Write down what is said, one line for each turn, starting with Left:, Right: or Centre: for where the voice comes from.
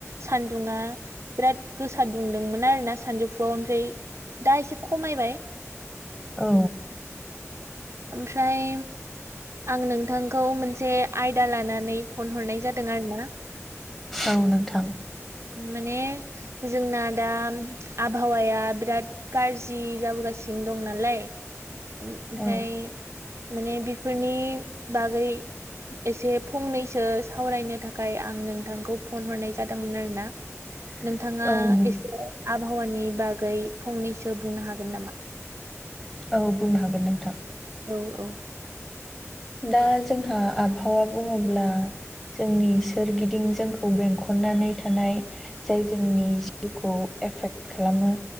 Right: सान्दुङा बिराद गोसा दुंदोंमोन आरो ना सानजौफुआव ओमफ्राय दा एसे खमायबाय
Centre: औ
Right: ओमफ्राय आं नोंथांखौ मोनसे आयदा लानानै फन हरनाय जादों आरो ना
Centre: औ नोंथां
Right: माने जोंना दा आबहावाया बिराद गाज्रि जाबोगासिनो दं नालाय ओमफफ्राय
Centre: औ
Right: माने बेफोरनि बागै एसे फंनैसो सावरायनो थाखाय आं नोंथांखौ फन हरनाय जादोंमोन आरो ना
Centre: <inaudible>
Right: नोंथाङा
Centre: औ नों-
Right: एसे आबहावानि बागै फंनैसो बुंनो हागोन नामा
Centre: औ बुंनो हागोन नोंथां
Right: औ औ
Centre: दा जोंहा आबहावा बुङोब्ला जोंनि सोरगिदिं जोंखौ बेंखननानै थानाय जाय जोंनि जिउखौ एफेक्ट खालामो